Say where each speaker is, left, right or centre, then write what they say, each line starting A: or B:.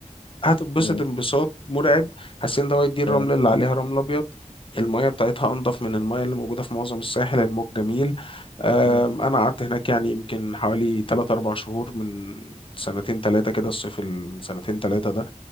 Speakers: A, on the left (about 45°); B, on the left (about 80°).
A: هتتبسط
B: مم.
A: انبساط مرعب هاسيندا وايت دي الرمل
B: مم.
A: اللي عليها رمل ابيض المية بتاعتها انضف من المية اللي موجودة في معظم الساحل الموج جميل أم،
B: مم.
A: انا قعدت هناك يعني يمكن حوالي 3 4 شهور من سنتين ثلاثة كده الصيف ال- من سنتين ثلاثة